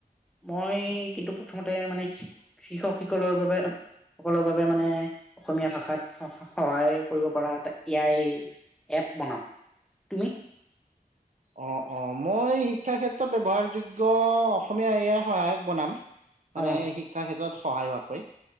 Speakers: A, in the centre; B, on the right.
A: মই কিন্তু প্ৰথমতে মানে কৃষকসকলৰ বাবে - সকলৰ বাবে মানে অসমীয়া ভাষাত সহায় কৰিব পৰা এটা এ আইৰ- এপ বনাম। তুমি?
B: অঁ, অঁ। মই শিক্ষাৰ ক্ষেত্ৰত ব্যৱহাৰযোগ্য অসমীয়া এ আই সহায়ক বনাম। মানে
A: হয় হয়
B: শিক্ষাৰ ক্ষেত্ৰত সহায় হোৱাকৈ।